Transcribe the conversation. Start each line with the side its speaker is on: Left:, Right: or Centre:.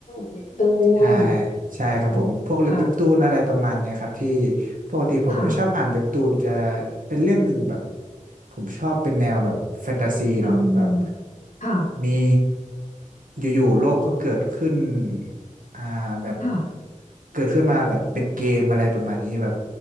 Left: เป็นตูน
Right: ใช่ใช่ครับผมพวกเว็บตูนอะไรประมาณเนี้ยครับที่
Left: อืมค่ะ
Right: ปกติผมจะชอบอ่านเว็บตูนจะ
Left: ค่ะ
Right: เป็นเรื่องหนึ่งแบบ ผมชอบเป็นแนวแบบแฟนตาซีเนาะแบบ
Left: อืมค่ะ
Right: มีอยู่ๆโลกก็เกิดขึ้นอ่าแบบ
Left: ค่ะ
Right: เกิดขึ้นมาแบบเป็นเกมอะไรประมาณนี้แบบ